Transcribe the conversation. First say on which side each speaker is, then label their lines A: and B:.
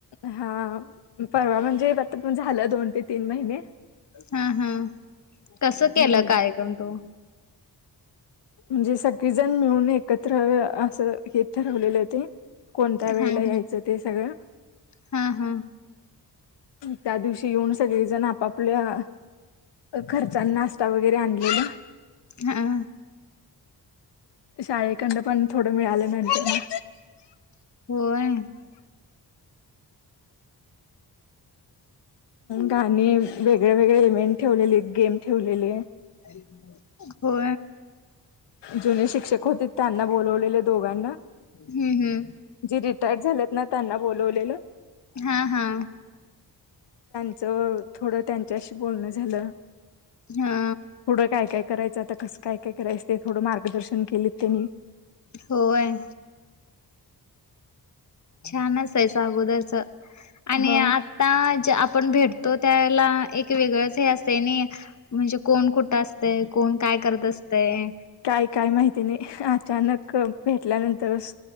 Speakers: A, on the left (about 85°); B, on the left (about 45°).
A: हा परवा म्हणजे आता पण झालं दोन ते तीन महिने
B: हा हा कसं
A: म्हणजे
B: केलं काय करण तू
A: म्हणजे सगळीजण मिळून एकत्र असं हे ठरवलेले होते कोणत्या वेळेला
B: हा हा
A: यायचं ते सगळं
B: हा हा
A: त्या दिवशी येऊन सगळेजण आपापल्या खर्चा नाश्ता वगैरे आणलेला
B: हा
A: शाळेखंड पण थोडं मिळालं नंतर म
B: हो ना
A: गाणी वेगळे वेगळे इव्हेंट ठेवलेले गेम ठेवलेले
B: का <unintelligible> हो
A: जुने शिक्षक होते त्यांना बोलवले त्या दोघानां,
B: हम्म हम्म.
A: जी रिटायर्ड झालेत ना त्यांना बोलवलेलं
B: हा हा,
A: च थोडं त्यांच्याशी बोलणं झालं,
B: हा
A: पुढं काय काय करायचं आता कसं, काय काय करायचं थोडं मार्गदर्शन केलीत त्यांनी
B: होय छानच आहे अगोदरच आणि
A: ह
B: आता, आपण भेटतो त्याला एक वेगळंच हे असतंय ना म्हणजे कोण कुठं असत कोण काय करत असतयं
A: काय काय माहिती नाही अचानक भेटल्यानंतर